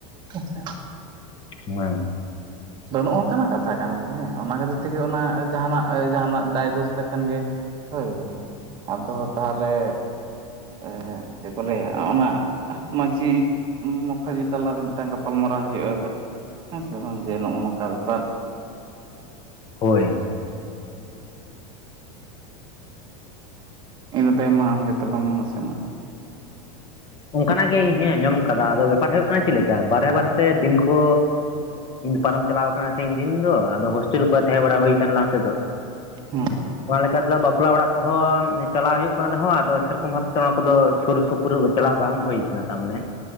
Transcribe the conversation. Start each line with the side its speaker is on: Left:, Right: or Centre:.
Right: ᱦᱮᱸᱥᱮ
Left: ᱦᱩᱸ
Right: ᱟᱫᱚ ᱱᱚᱜ ᱼ ᱱᱚᱝᱠᱟᱱᱟᱜ ᱠᱟᱛᱷᱟ ᱠᱟᱱ ᱜᱮ ᱦᱮᱸ ᱚᱱᱟ ᱠᱷᱟᱹᱛᱤᱨ ᱛᱮᱜᱮ ᱚᱱᱟ ᱡᱟᱦᱟᱱᱟᱜ ᱮ - ᱡᱟᱦᱟᱱᱟᱜ ᱫᱟᱭ ᱫᱳᱥ ᱞᱮᱠᱷᱟᱱ ᱜᱮ ᱦᱳᱭ ᱟᱫᱚ ᱛᱟᱦᱚᱞᱮ ᱮ ᱪᱮᱫ ᱠᱚ ᱞᱮᱭᱟ ᱚᱱᱟ ᱢᱟᱹᱡᱷᱤ ᱢᱟᱠᱷᱷᱟᱡᱤ ᱛᱟᱞᱟᱨᱮ ᱢᱤᱫᱴᱟᱝ ᱜᱟᱯᱟᱞᱢᱟᱨᱟᱣ ᱦᱩᱭᱩᱜᱼᱟ ᱦᱮᱸ ᱥᱮ ᱵᱟᱝ, ᱱᱚᱜᱼᱚ ᱱᱚᱝᱠᱟ ᱵᱮᱯᱟᱨᱮ
Left: ᱦᱳᱭ
Right: ᱤᱱᱟ ᱛᱟᱭᱚᱢᱟᱭᱢ ᱢᱟ ᱟᱢᱜᱮ ᱛᱮᱞᱟ ᱢᱚᱥᱱᱟ,
Left: ᱚᱱᱠᱟᱱᱟᱜ ᱜᱮ ᱤᱧ ᱦᱚᱸᱚᱸ ᱟᱸᱡᱚᱢ ᱠᱟᱫᱟ ᱟᱫᱚ ᱵᱮᱯᱟᱨ ᱦᱩᱭᱩᱜ ᱠᱟᱱᱟ ᱪᱮᱫ ᱞᱮᱠᱟ ᱵᱟᱨᱦᱮ ᱵᱟᱨᱦᱮᱛᱮ ᱫᱤᱱ ᱠᱚ ᱯᱟᱨᱚᱢ ᱪᱟᱞᱟᱣ ᱠᱟᱱᱟ ᱥᱮᱧ ᱫᱤᱱ ᱫᱚ ᱟᱫᱚ ᱦᱳᱥᱴᱮᱞ ᱠᱚᱨᱮ ᱛᱟᱦᱮᱸ ᱵᱟᱲᱟ ᱦᱩᱭᱠ ᱞᱟᱦᱟ ᱛᱮᱫᱚ,
Right: ᱦᱮᱸ ᱦᱮᱸ
Left: ᱚᱱᱟ ᱞᱮᱠᱟ ᱞᱮᱠᱟᱛᱮᱮᱫᱚ ᱵᱟᱯᱞᱟ ᱚᱲᱟᱜ ᱠᱚᱦᱚᱸ ᱪᱟᱞᱟᱣ ᱦᱩᱭᱩᱜ ᱠᱟᱱ ᱨᱮᱦᱚᱸ ᱟᱫᱚ ᱥᱮᱨᱚᱠᱚᱢ ᱵᱷᱟᱵᱛᱮ ᱚᱱᱟ ᱠᱚᱫᱚ ᱥᱩᱨ ᱥᱩᱯᱩᱨ ᱵᱩᱜ ᱪᱟᱞᱟᱣ ᱵᱟᱝ ᱦᱩᱭ ᱟᱠᱟᱱᱟ ᱛᱟ ᱢᱟᱱᱮ